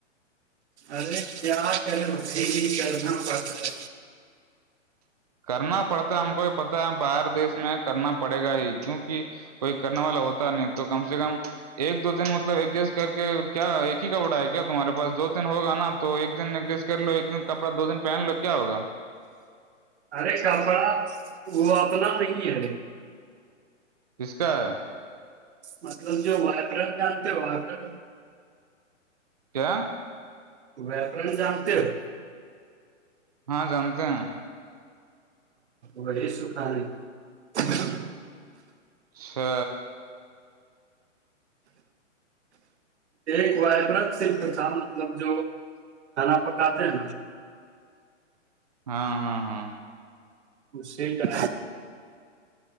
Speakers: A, on the right; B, on the right.
A: ارے کیا کرے بھائی کرنا پڑتا ہے
B: کرنا پڑتا ہے ہم کو یہ پتا ہے باہر دیش میں کرنا پڑے گا ہی کیونکہ کوئی کرنے والا ہوتا نہیں تو کم سے کم ایک دو دن مطلب ایڈجسٹ کر کے کیا ایک ہی کا بٹا ہے کیا تمہارے پاس دو دن ہوگا نا تو ایک دن ایڈجسٹ کر لو ایک دن کپڑا دو دن پہن لو کیا ہوگا
A: ارے کپڑا وہ اپنا نہیں ہےرے
B: کس کا ہے
A: مطلب جو وائبرن جانتے وبر
B: کیا
A: ویاپرن جامتے ہو
B: ہاں جانتے ہیں
A: وہی سکھا رہے ہیں
B: سھ
A: ایک وائبرن صرف تھا مطلب جو کھانا پکاتے ہیں نا
B: ہاں ہاں ہاں
A: شی کیا